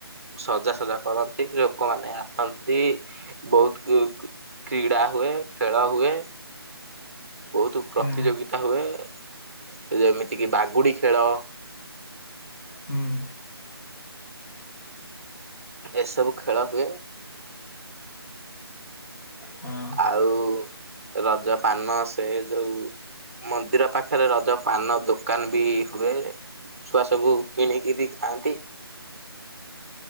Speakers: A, on the right; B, on the left.
A: ସଜାସଜା କରନ୍ତି ଲୋକମାନେ ଆସନ୍ତି। ବୋହୁତ କୁ-କୁ-କ୍ରୀଡ଼ା ହୁଏ ଖେଳ ହୁଏ। ବୋହୁତୁ ପ୍ରତିଯୋଗିତା
B: ହୁଁ ହୁଁ
A: ହୁଏ ଏ ଯେମିତିକି ବାଗୁଡି ଖେଳ।
B: ହୁଁ।
A: ଏସବୁ ଖେଳ ହୁଏ।
B: ହୁଁ।
A: ଆଉ ରଜ ପାନ ସେ ଯୋଉ ମନ୍ଦିର ପାଖରେ ରଜ ପାନ ଦୋକାନ ବି ହୁଏ। ଛୁଆ ସବୁ କିଣିକିରି ଖାଆନ୍ତି।